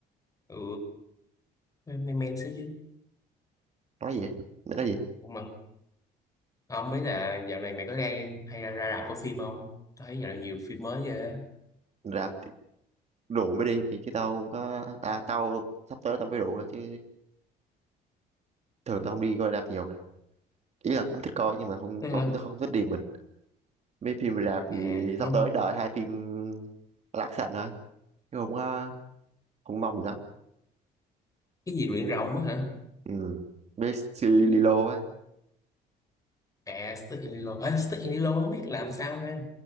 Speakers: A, on the left; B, on the right.
A: ừ mày, men xíu chứ.
B: nói gì á? nó nói gì
A: Ủa mà không mấy là dạo này mày có đang hay ra, ra rạp coi phim không? Tao thấy dạo này nhiều phim mới ghê. á.
B: rạp thì rượu mới đi thì chứ tao không có à tao sắp tới tao mới rượu thôi chứ thường tao không đi coi rạp nhiều mà ý là cũng thích coi nhưng mà không
A: Thế
B: không
A: hả?
B: không thích không thích đi mình mấy phim rạp thì
A: À, không,
B: sắp tới đợi hai phim action thôi chứ không có không mong gì lắm
A: cái gì luyện rồng á hả?
B: ừ với Lilo á
A: À, Stick and Lilo. À, Stick and Lilo không biết làm sao ha.